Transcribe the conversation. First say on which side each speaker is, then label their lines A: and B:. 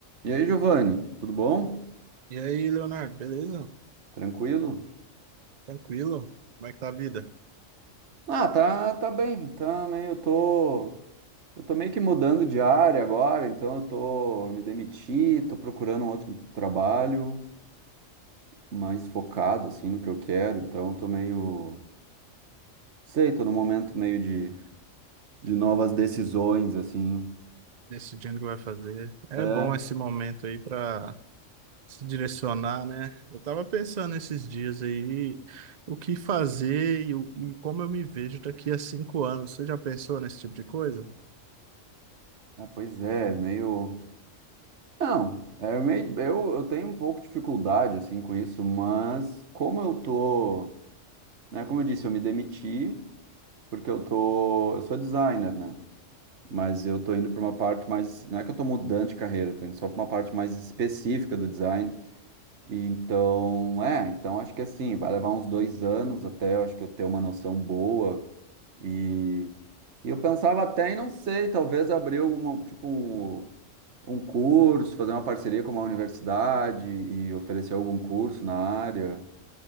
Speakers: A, on the right; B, on the right.
A: E aí, Giovanni, tudo bom?
B: E aí, Leonardo, beleza?
A: Tranquilo?
B: Tranquilo? Como é que tá a vida?
A: Ah, tá, tá bem, tá meio, eu tô, eu tô meio que mudando de área agora, então eu tô, eu me demiti, tô procurando um outro trabalho mais focado, assim, no que eu quero, então eu tô meio, sei, tô num momento meio de, de novas decisões, assim,
B: Decidindo o que vai fazer. É
A: é,
B: bom esse momento aí para se direcionar, né? Eu tava pensando esses dias aí o que fazer e, o- e como eu me vejo daqui a cinco anos. Você já pensou nesse tipo de coisa?
A: ah, pois é, meio, não, é meio, eu, eu tenho um pouco de dificuldade, assim, com isso, mas como eu tô, né, como eu disse, eu me demiti, Porque eu tô, eu sou designer, né? Mas eu tô indo para uma parte mais, não é que eu tô mudando de carreira, eu tô indo só para uma parte mais específica do design. E então, é, então acho que assim, vai levar uns dois anos até eu acho que eu ter uma noção boa. E, e eu pensava até, e não sei, talvez abrir alguma, tipo, um curso, fazer uma parceria com uma universidade e oferecer algum curso na área.